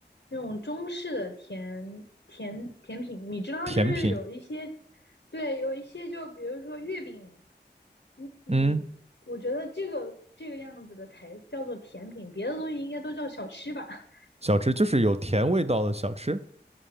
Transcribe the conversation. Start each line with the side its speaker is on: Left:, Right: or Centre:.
Left: 那种中式的甜甜甜品。你知道，
Right: 甜品，
Left: 就是有一些，对，有一些就比如说月饼，你你，
Right: 嗯，
Left: 我觉得这个这个样子的才叫做甜品，别的东西应该都叫小吃吧。<laughs>
Right: 小吃就是有甜味道的小吃，